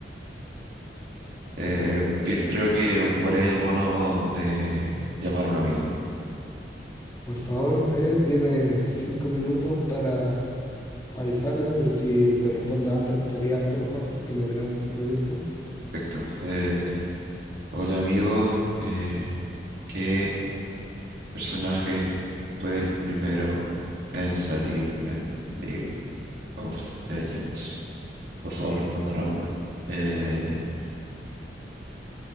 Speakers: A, on the right; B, on the left.
A: eh, pi- creo que ocuparé el bono de llamar a un amigo.
B: Por favor, te, tiene cinco minutos para avisarle, pero si le responde antes estaría harto mejor porque no tenemos tanto tiempo.
A: Perfecto. Eh, hola amigo, eh, ¿qué personaje fue el primero en salir en League of Legends? Por favor, responde rápido. Eh,